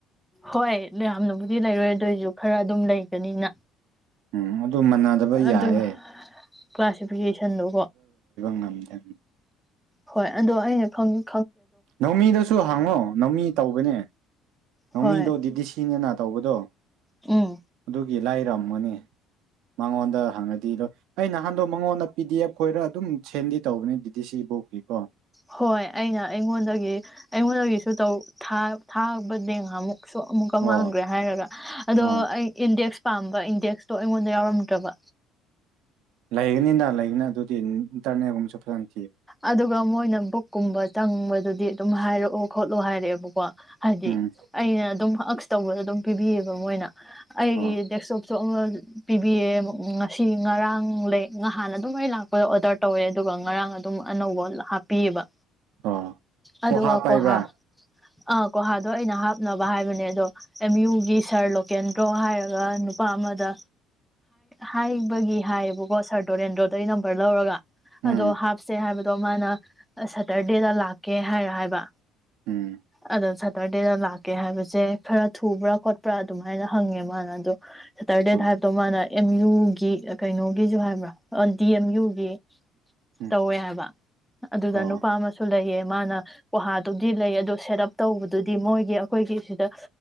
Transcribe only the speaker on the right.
ꯎꯝ ꯑꯗꯨ ꯃꯅꯗꯕ
ꯌꯥꯏꯑꯦ
ꯉꯝꯗꯦ
ꯅꯧꯃꯤꯗꯨꯁꯨ ꯍꯥꯡꯉꯣ ꯅꯧꯃꯤ ꯇꯧꯕꯅꯦ ꯃꯃꯤꯗꯣ
ꯤꯗꯤꯁꯤꯅꯅꯥ ꯇꯧꯕꯗꯣ
ꯑꯗꯨꯗꯒꯤꯂ ꯔꯝꯒꯅꯤ ꯃꯉꯣꯟꯗ ꯍꯪꯉꯗꯤꯔꯣꯏ ꯑꯩ ꯅꯍꯥꯟꯗꯣ ꯃꯉꯣꯟꯗ ꯄꯤ ꯗꯤ ꯑꯦꯐ ꯈꯣꯏꯔ ꯑꯗꯨꯝ ꯁꯦꯟꯗꯤ ꯇꯧꯕꯅꯦ ꯗꯤꯗꯤ ꯁꯤ ꯕꯨꯣꯛꯀꯤ ꯀꯣ
ꯑꯣ
ꯑꯣ
ꯂꯩꯒꯅꯤꯅ ꯂꯩꯒꯅꯤ ꯑꯗꯨꯗꯤ ꯏꯟꯇꯔꯅꯦꯜꯒꯨꯝꯕꯁꯨ ꯐꯥꯖꯅ
ꯎꯝ
ꯑꯣ
ꯑ
ꯀꯍꯥ ꯄꯥꯏꯕ
ꯎꯝ
ꯎꯝ
ꯑꯣ
ꯎꯝ
ꯑꯣ